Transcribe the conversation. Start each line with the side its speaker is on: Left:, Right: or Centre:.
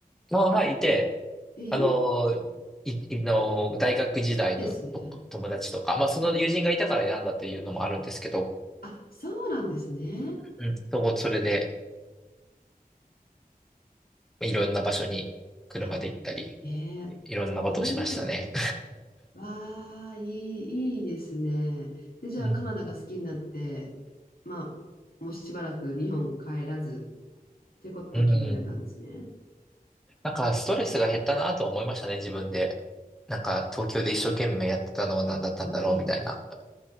Centre: まあ、はい、いて、
Left: え、いい
Centre: あのー、い、いのー、大学時代のと友達とか、
Left: ですね。
Centre: まあ、その友人がいたから選んだっていうのもあるんですけど、
Left: あ、そうなんですね。
Centre: うん、そこ、それで、いろんな場所に車で行ったり、
Left: あ、ええ
Centre: いろんなことをしましたね。
Left: うん。わあ、いい、いいですね。で、じゃあ、
Centre: うん。
Left: カナダが好きになって、まあ、もうしばらく日本帰らず、っていうことを決められたんですね。
Centre: うん。なんか、ストレスが減ったなとは思いましたね、自分で。なんか、東京で一生懸命やってたのは何だったんだろう、
Left: あ、なるほど。
Centre: みたいな。